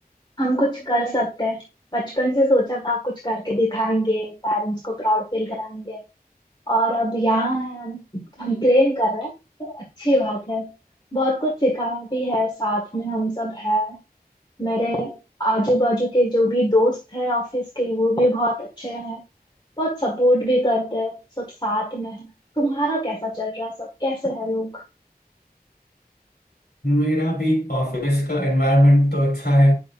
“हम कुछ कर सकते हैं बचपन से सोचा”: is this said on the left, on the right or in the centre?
Left